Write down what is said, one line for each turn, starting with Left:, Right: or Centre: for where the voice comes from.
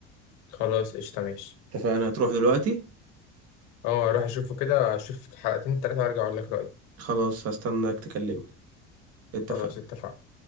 Left: خلاص قشطة ماشي
Right: اتفقنا هتروح دلوقتي
Left: اه اروح اشوفه كده اشوف حلقتين تلاتة وارجع اقول لك رأيي
Right: خلاص هستناك تكلمني اتفقنا
Left: خلاص اتفقنا